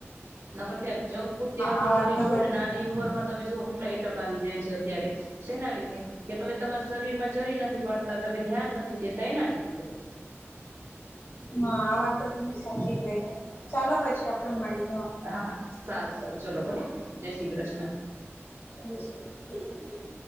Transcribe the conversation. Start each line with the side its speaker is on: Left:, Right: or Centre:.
Right: નકર તો જંક ફૂડ થી આપણું
Left: આ વાત
Right: શરીર
Left: તો તમે
Right: જુઓ ને નાની
Left: સાચી
Right: ઉંમર
Left: કરી
Right: માં તમે જુઓ કેટલા એટેક આવી જાય છે અત્યારે. સેના લીધે કે તમે તમાર શરીર માં ચરી નથી પાડતા, તમે ધ્યાન નથી દેતા એના લીધે.
Left: હા આ વાત તો તમે સાચી કહિ, ચાલો પછી આપડે મળી.
Right: હા હા સારું સારું ચલો ભલે જય શ્રી કૃષ્ણ
Left: જય શ્રી કૃષ્ણ.